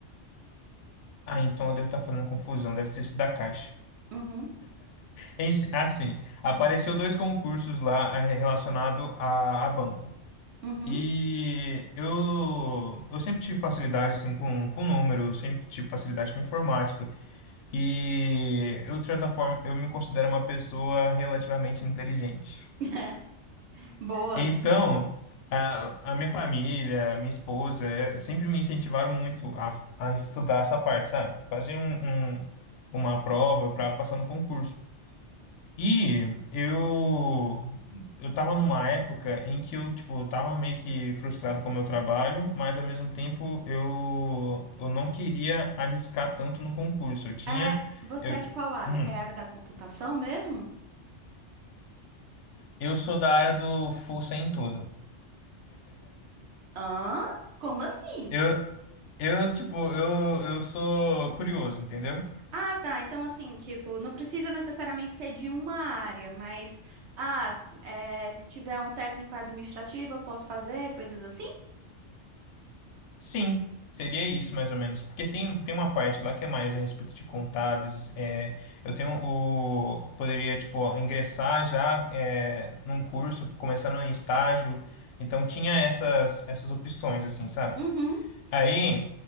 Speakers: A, on the left (about 65°); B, on the right (about 70°).
A: Ah, então eu devo estar falando confusão, deve ser esse da Caixa.
B: Uhum,
A: Em si- Ah, apareceu dois concursos lá eh, relacionado a, a banco.
B: uhum.
A: E eu, eu sempre tive facilidade assim, com, com número, sempre tive facilidade com informática. E eu, de certa forma, eu me considero uma pessoa relativamente inteligente.
B: <laughs> Boa.
A: Então, a, a minha família, minha esposa, eh, sempre me incentivaram muito a, a estudar essa parte, sabe? Fazer um, um- uma prova para passar no concurso. E eu eu tava numa época em que eu, tipo, eu tava meio que frustrado com o meu trabalho, mas ao mesmo tempo eu, eu não queria arriscar tanto no concurso. Eu tinha
B: É, você
A: eu,
B: é de qual área?
A: hum,
B: É a área da computação mesmo?
A: eu sou da área do força em tudo.
B: Hã? Como assim?
A: eu Eu, tipo, eu, eu sou curioso, entendeu?
B: Ah, tá. Então, assim, tipo, não precisa necessariamente ser de uma área, mas, ah, é, se tiver um técnico administrativo, eu posso fazer coisas assim?
A: Sim, seria isso mais ou menos. Porque tem, tem uma parte lá que é mais a respeito de contábeis. É, eu tenho o. Poderia, tipo, ingressar já é, num curso, começando em estágio. Então tinha essas, essas opções, assim, sabe?
B: Uhum.
A: Aí